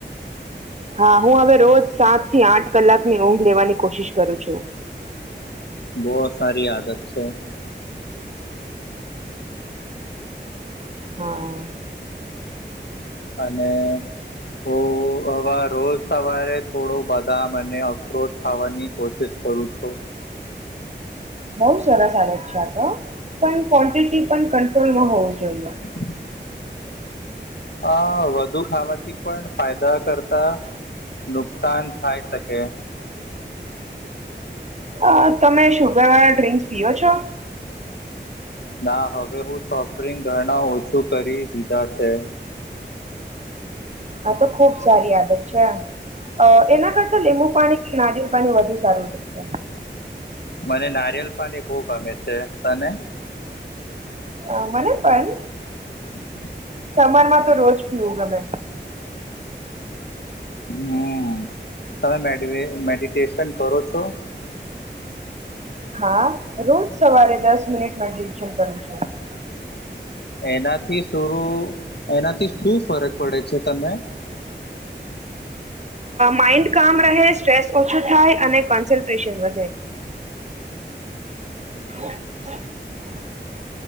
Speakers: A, on the right; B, on the left.
A: હા હું હવે રોજ સાત થી આઠ કલાકની ઊંઘ લેવાની કોશિશ કરું છું.
B: બો સારી આદત છે.
A: હા.
B: અને ઓ હવે રોજ. સવારે થોડો બદામ અને અખરોટ ખાવાની કોશિશ કરું છું. <inaudible>
A: બઉુ સરસ આવે છે આ તો પણ ક્વોન્ટિટી પણ કંટ્રોલમાં હોવું જોઈએ.
B: <inaudible> અ વધુ ખાવાથી પણ ફાયદા કરતા. નુકસાન થાય શકે.
A: અ તમે શુગર વાળા ડ્રિંક્સ પીઓ છો.
B: ના હવે હું સોફ્ટ ડ્રિંક ઘણા ઓછું કરી દીધા છે. <inaudible>
A: આ તો ખુબ સારી આદત છે. અ એના કરતા લીંબુ પાણી કે નાદિય પાણી વધુ સારું રહેશે.
B: મને નારિયળ પાણી બહુ ગમે છે તને.
A: અ મને પણ
B: <inaudible>
A: સમરમાં તો રોજ પીવું ગમે.
B: હ, તમે મેડીને મેડિટેશન કરો છો? <inaudible>
A: હા, રોજ સવારે દસ મિનિટ મેડિટેશન કરું છું.
B: એનાથી થોડું, એનાથી શું ફરક પડે છે તમે?
A: માઈન્ડ કામ રહે સ્ટ્રેસ ઓછું થાય, અને કોન્સન્ટ્રેશન વધે. <inaudible>